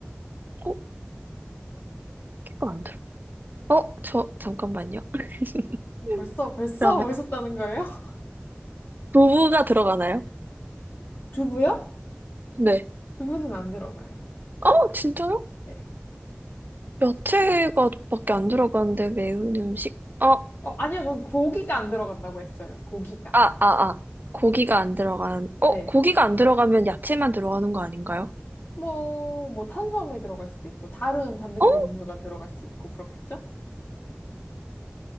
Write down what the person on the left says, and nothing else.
어, 벌써, 벌써
오셨다는 거예요? <laughs>
두부요?
두부는 안 들어가요.
네.
어, 아니요, 전 고기가 안 들어간다고 했어요. 고기가.
네.
뭐, 뭐, 탄수화물이 들어갈 수도 있고, 다른 단백질
종류가 들어갈 수 있고, 그렇겠죠?